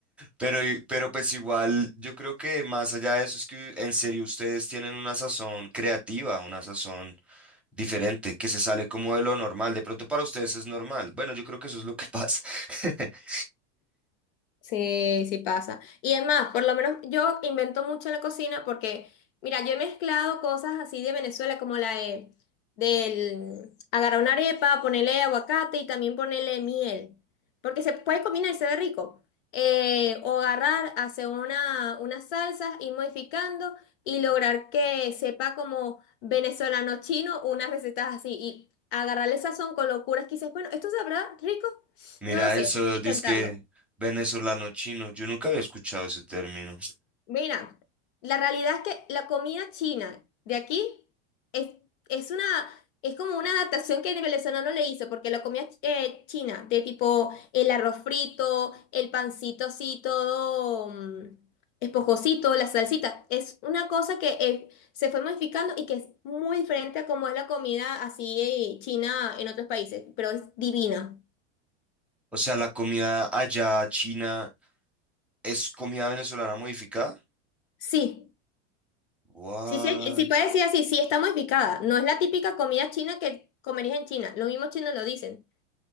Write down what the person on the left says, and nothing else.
Sí, sí pasa. Y es más, por lo menos yo invento mucho en la cocina porque, mira, yo he mezclado cosas así de Venezuela, como la de, del agarrar una arepa, ponerle aguacate y también ponerle miel, porque se puede combinar y se ve rico. Eh, o agarrar, hacer una, unas salsas, ir modificando y lograr que sepa como venezolano chino unas recetas así y agarrarle sazón con locuras que dices, bueno, ¿esto sabrá rico?
No lo sé,
pero hay que intentarlo.
Mira, la realidad es que la comida china de aquí es, es una, es como una adaptación que el venezolano le hizo, porque la comida eh, china, de tipo el arroz frito, el pancito así todo mm, esponjosito, la salsita, es una cosa que eh, se fue modificando y que es muy diferente a como es la comida así eh, china en otros países, pero es divina.
Sí.
Sí, sí, sí puede decir así, sí está modificada. No es la típica comida china que comerías en China. Los mismos chinos lo dicen.